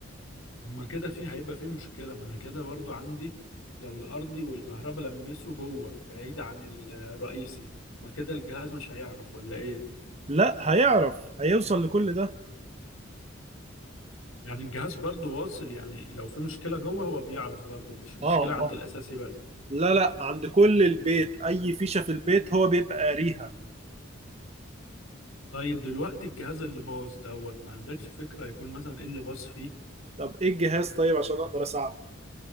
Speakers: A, on the left; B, on the right.
A: طب ما كده في هيبقى في مشكلة ما انا كده برضو عندي لو الارضي والكهرباء لمسوا جوه بعيد عن الرئيسي ما كده الجهاز مش هيعرف ولا ايه
B: لا هيعرف هيوصل لكل ده
A: يعني الجهاز برضو واصل يعني لو في مشكلة جوه هو بيعرف برضو مش مشكلة
B: اه
A: عند
B: اه
A: الأساسي بس
B: لا لا عند كل البيت اي فيشة في البيت هو بيبقى قاريها
A: طيب دلوقتي الجهاز اللي باظ دوت ما عندكش فكرة يكون مثلا ايه اللي باظ فيه
B: طب ايه الجهاز طيب عشان اقدر اساعده